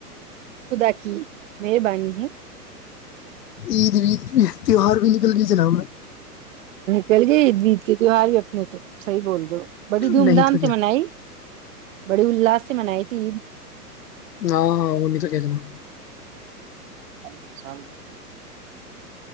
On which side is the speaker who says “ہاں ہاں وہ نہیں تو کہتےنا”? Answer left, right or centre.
Left